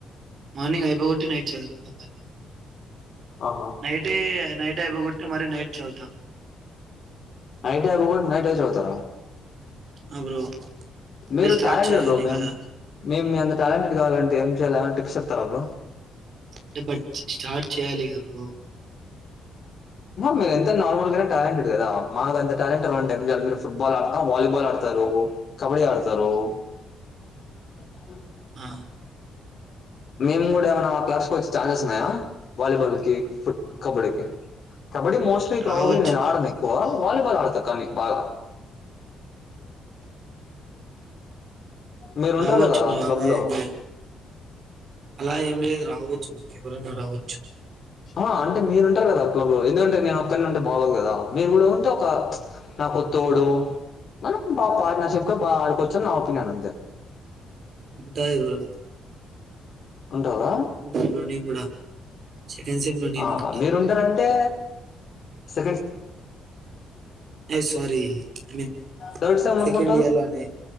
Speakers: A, on the right (about 60°); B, on the left (about 55°).
A: మార్నింగ్ అయిపోగొట్టి నైట్ చదువుకుంట మరి
B: ఆహా
A: నైటే నైట్ అయిపిగొట్టి మరి నైట్ చదువుతా
B: నైట్ అయిపిగొట్టి నైట్ ఏ చదువుతారా
A: ఆ బ్రో అంటే
B: మీరు
A: స్టార్ట్
B: ట్యాలెంటెడ్
A: చేయాలి
B: బ్రో మేమ్
A: కదా
B: మేము మీ అంత టాలెంటెడ్ కావాలంటే ఎం చేయాలి టిప్స్ చెప్తారా బ్రో
A: అంటే బట్ స్టార్ట్ చేయాలి కదా బ్రో
B: మీరు ఎంత నార్మల్ గానే టాలెంటెడ్ కదా మాకు అంత టాలెంట్ కావాలంటే ఎమ్ చేయాలి మీరు ఫుట్బాల్ ఆడత వాలీబాల్ ఆడతారు కబడ్డీ ఆడతారు బాల్
A: ఆ
B: మేము కూడా ఏమైనా క్లబ్స్ కి వచ్చే ఛాన్సెస్ ఉన్నాయా వాలీబాల్ కి ఫు కబడ్డీకిి కబడ్డీ మోస్ట్లీ
A: రావచ్చు
B: ప్రాబ్లీ నేను ఆడను ఎక్కువ వాలిబాల్ ఆడుత కనీ బాగా మీరు ఉంటారు
A: రావచ్చు
B: కదా
A: బ్రో
B: క్లబ్
A: అలా
B: లో
A: ఏం లేదు అలా ఏం లేదు రావచ్చు ఎవరన్నా రావచ్చు
B: ఆ అంటే మీరు ఉంటారు కదా అ క్లబ్ లో ఎందుకంటే నేను ఒక్కన్నీ ఉంటే బాగోదు కదా మీరు కూడా ఉంటే ఒక నాకు తోడు మన బాగా పార్ట్నర్షిప్ క బాగా ఆడుకోవచ్చుని నా ఒపీనియన్ అంతే
A: ఉంటాయి బ్రో
B: ఉంటారా?
A: ఉంటా బ్రో నేను కూడా సెకండ్ సెమ్ లో నేను
B: ఆ
A: ఉంటా
B: మీరుంటారంటే స
A: లేదు సారీ నేను
B: థర్డ్ సెమ్ అనుకుంటా.
A: సెకండ్ ఇయర్ లోనే